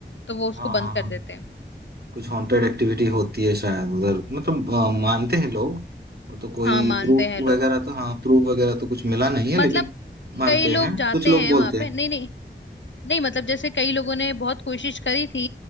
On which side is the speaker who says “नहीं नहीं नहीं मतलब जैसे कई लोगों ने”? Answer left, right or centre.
Left